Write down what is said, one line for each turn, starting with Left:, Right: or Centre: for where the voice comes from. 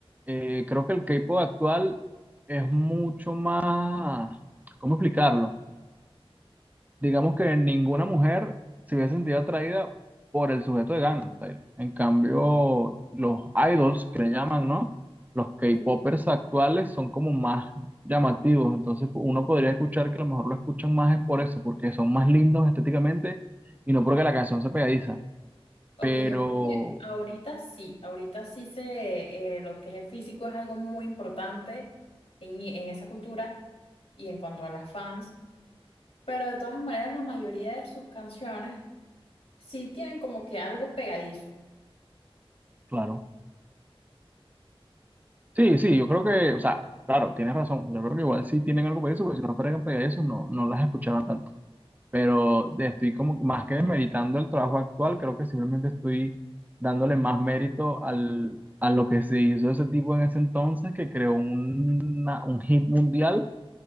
Right: Eh, creo que el K-pop actual es mucho más, ¿cómo explicarlo? digamos que ninguna mujer se hubiese sentido atraída por el sujeto de Gangnam Style. En cambio, los idols que le llaman, ¿no? Los K-popers
Left: Sí.
Right: actuales son como más llamativos, entonces uno podría escuchar que a lo mejor lo escuchan más es por eso, porque son más lindos estéticamente y no porque la canción sea pegadiza.
Left: Ok,
Right: Pero,
Left: yo creo que ahorita sí, ahorita sí se, eh, lo que es el físico es algo muy importante en, en esa cultura y en cuanto a las fans, pero de todas maneras la mayoría de sus canciones sí tienen como que algo pegadizo.
Right: claro. Sí, sí, yo creo que, o sea, claro, tienes razón. Yo creo que igual sí tienen algo eso, porque si no fueran pegadizos no, no las escuchaban tanto. pero de- estoy como más que demeritando el trabajo actual, creo que simplemente estoy dándole más mérito al, a lo que se hizo ese tipo en ese entonces, que creó una- un hit mundial